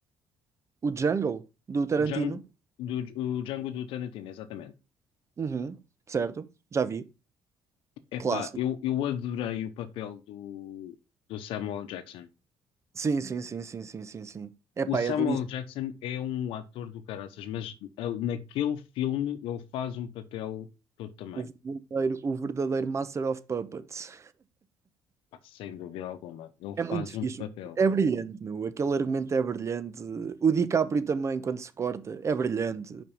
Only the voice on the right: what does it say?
o Jungle do Tarantino,
uhum, certo? Já vi.
Clássico.
Sim, sim, sim, sim, sim, sim, sim. É
pá,
é delícia.
O verdadeiro, o verdadeiro Master of Puppets.
É muito fixe.
É brilhante, meu. Aquele argumento é brilhante. O DiCaprio também, quando se corta, é brilhante.